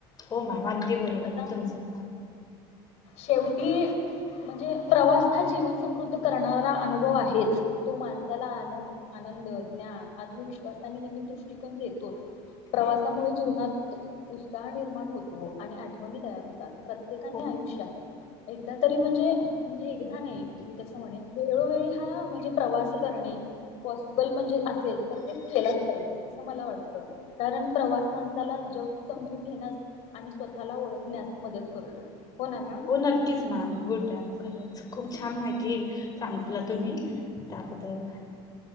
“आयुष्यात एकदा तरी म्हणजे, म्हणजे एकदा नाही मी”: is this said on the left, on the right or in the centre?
Left